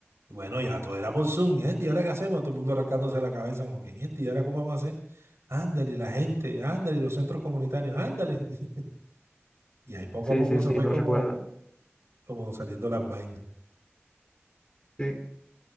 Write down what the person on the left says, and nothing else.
sí,
sí,
sí,
lo
recuerdo.
Sí.